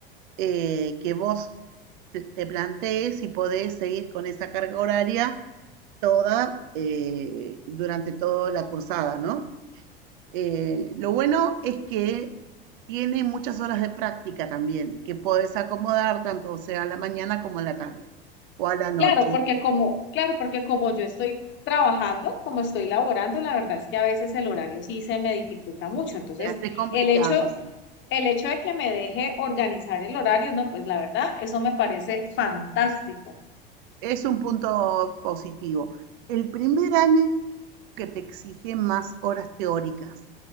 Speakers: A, on the right; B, on the left.
A: eh, que vos te, te plantees si podés seguir con esa carga horaria toda eh, durante toda la cursada, ¿no? Eh, lo bueno es que tiene muchas horas de práctica también, que podés acomodar tanto sea a la mañana como a la tarde o a la noche.
B: Claro, porque como, claro, porque como yo estoy trabajando, como estoy laborando, la verdad es que a veces el horario sí se me dificulta mucho. Entonces,
A: Se hace complicado,
B: el hecho,
A: sí.
B: el hecho de que me deje organizar el horario, no, pues la verdad, eso me parece fantástico.
A: Es un punto positivo. El primer año que te exige más horas teóricas,